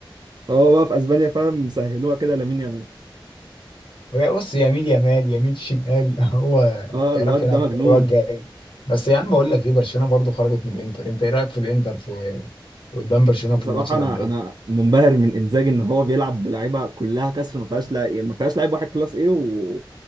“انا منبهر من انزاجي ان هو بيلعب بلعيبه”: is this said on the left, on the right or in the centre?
Right